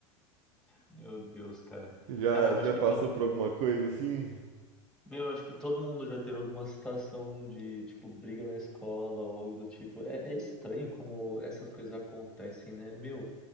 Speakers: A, in the centre; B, on the right.
A: meu Deus, cara.
B: Já
A: Cara, eu
B: já
A: acho que
B: passou
A: todo,
B: por alguma coisa assim?
A: meu, eu acho que todo mundo já teve alguma situação de, tipo, briga na escola ou algo do tipo. É, é estranho como essas coisas acontecem, né? Meu,